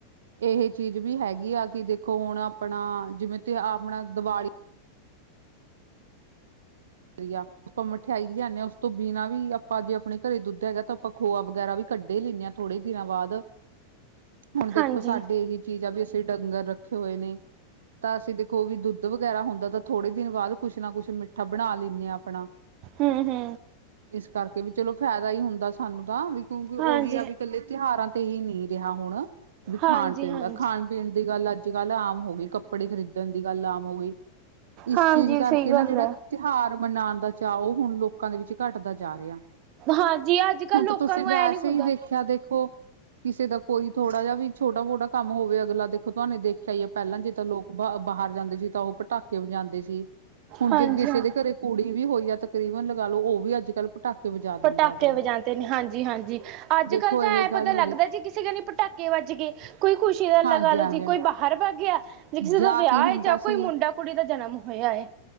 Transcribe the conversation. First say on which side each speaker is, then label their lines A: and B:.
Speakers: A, on the right (about 60°); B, on the right (about 40°).
A: ਇਹ ਚੀਜ਼ ਵੀ ਹੈਗੀ ਆ, ਕਿ ਦੇਖੋ ਹੁਣ ਆਪਣਾ ਜਿਵੇਂ ਤੇ ਆਪਣਾ ਦੀਵਾਲੀ ਵਦੀਆ ਆਪਾਂ ਮਠਿਆਈ ਲਿਆਨੇ ਆਂ ਉਸ ਤੋਂ ਬਿਨਾ ਵੀ ਆਪਾਂ ਜੇ ਆਪਣੇ ਘਰੇ ਦੁੱਦ ਹੈਗਾ ਤਾਂ ਆਪਾਂ ਖੋਆ ਵਗੈਰਾ ਵੀ ਕੱਢੇ ਲੈਂਦੇ ਹਾਂ ਥੋੜੇ ਦਿਨਾਂ ਬਾਅਦ। ਹੁਣ ਦੇਖੋ
B: ਹਾਂਜੀ
A: ਸਾਡੇ ਇਹੀ ਚੀਜ਼ਾਂ ਵੀ ਅਸੀਂ ਡੰਗਰ ਰੱਖੇ ਹੋਏ ਨੇ। ਤਾਂ ਅਸੀਂ ਦੇਖੋ ਵੀ ਦੁੱਦ ਵਗੈਰਾ ਹੁੰਦਾ ਤਾਂ ਥੋੜੇ ਦਿਨ ਬਾਅਦ ਕੁਛ ਨਾ ਕੁਛ ਮਿੱਠਾ ਬਣਾ ਲੈਂਨੇ ਆਂ ਅਪਣਾ।
B: ਹੁੰ-ਹੁੰ।
A: ਇਸ ਕਰਕੇ ਵੀ ਚਲੋ ਫਾਇਦਾ ਹੀ ਹੁੰਦਾ ਸਾਨੂੰ ਤਾਂ ਵੀ, ਕਿਉਂਕਿ
B: ਹਾਂਜੀ
A: ਓਹੀ ਆ ਵੀ ਇਕੱਲੇ ਤਿਉਹਾਰਾਂ ਤੇ ਹੀ ਨਹੀਂ ਰਿਹਾ ਹੁਣ। ਵੀ
B: ਹਾਂਜੀ
A: ਖਾਣ -ਪੀਣ
B: ਹਾਂਜੀ
A: ਦਾ, ਖਾਣ- ਪੀਣ ਦੀ ਗੱਲ ਅੱਜ ਕੱਲ੍ਹ ਆਮ ਹੋ ਗਈ। ਕੱਪੜੇ ਖ਼ਰੀਦਣ ਦੀ ਗੱਲ ਆਮ ਹੋ ਗਈ। ਇਸ
B: ਹਾਂਜੀ
A: ਚੀਜ਼ ਕਰਕੇ
B: ਸਹੀ ਗੱਲ
A: ਨਾ ਜੇੜਾ
B: ਹੈ।
A: ਤਿਉਹਾਰ ਮਨਾਣ ਦਾ ਚਾਓ ਹੁਣ ਲੋਕਾਂ ਦੇ ਵਿੱਚ ਘੱਟਦਾ ਜਾ ਰਿਹਾ।
B: ਹਾਂਜੀ ਅੱਜ ਕੱਲ੍ਹ
A: ਹੁਣ
B: ਲੋਕਾਂ
A: ਤਾਂ ਤੁਸੀਂ
B: ਨੂੰ
A: ਵੈਸੇ
B: ਐ ਨੀ ਹੁੰਦਾ
A: ਹੀ ਦੇਖਿਆ ਦੇਖੋ ਕਿਸੇ ਦਾ ਕੋਈ ਥੋੜਾ ਜਿਹਾ ਵੀ ਛੋਟਾ-ਮੋਟਾ ਕੰਮ ਹੋਵੇ ਅਗਲਾ ਦੇਖੋ ਤੁਹਾਨੇ ਦੇਖਿਆ ਹੀਏ ਪਹਿਲਾਂ ਜੇ ਤਾਂ ਲੋਕ ਬ ਬਾਹਰ ਜਾਂਦੇ ਸੀ ਤਾਂ ਉਹ ਪਟਾਕੇ ਵਜਾਂਦੇ ਸੀ। ਹੁਣ
B: ਹਾਂਜੀ
A: ਜੇ
B: ਹਾਂ
A: ਦੇ ਘਰੇ ਕੁੜੀ ਵੀ ਹੋਈ ਆ ਤਕਰੀਬਨ ਲਗਾ ਲੋ ਉਹ ਵੀ ਅੱਜ ਕੱਲ੍ਹ ਪਟਾਕੇ ਵਜਾ
B: ਪਟਾਕੇ
A: ਦਿੰਦਾ ਅਗਲਾ
B: ਵਜਾਂਦੇ ਨੇ। ਹਾਂਜੀ-ਹਾਂਜੀ। ਅੱਜ
A: ਦੇਖੋ
B: ਕੱਲ ਤਾਂ
A: ਇਹ
B: ਐਂ ਪਤਾ
A: ਗੱਲ ਹੋ
B: ਲੱਗਦਾ
A: ਗਈ
B: ਜੀ ਕਿਸੇ ਗਨੀ ਪਟਾਕੇ ਵੱਜ ਗਏ। ਕੋਈ ਖੁਸ਼ੀ ਦਾ ਲਗਾ
A: ਹਾਂਜੀ
B: ਲਓ
A: ਹਾਂਜੀ
B: ਜੀ ਕੋਈ ਬਾਹ ਹਰ <unintelligible> ਆ। ਜੇ ਕਿਸੇ
A: ਜਾਂ
B: ਦਾ ਵਿਆਹ
A: ਕੀ ਹੁੰਦਾ
B: ਹੈ ਜਾਂ ਕੋਈ
A: ਸੀ
B: ਮੁੰਡਾ ਕੁੜੀ ਦਾ ਜਨਮ ਹੋਇਆ ਹੈ।